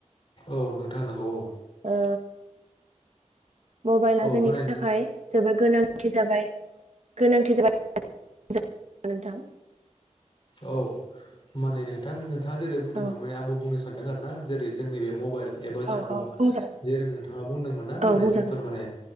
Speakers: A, on the left; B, on the right.
A: औ नोंथां नंगौ औ
B: ओ मबाइला
A: औ
B: जोंनि
A: माने
B: थाखाय जोबोद गोनांथि जाबाय गोनांथि जाबाय <inaudible> नोंथां
A: औ माने नोंथां नोंथाङा जेरै बुंदोंमोन
B: औ
A: माने आंबो बुंनोसै सानदों आरो ना जे जोंनि बे मबाइल एबा जामबुं
B: औ औ बुंजागोन
A: जेरै नोंथाङा बुंदोंमोन ना
B: औ
A: माने
B: बुंजागोन
A: जोंफोर माने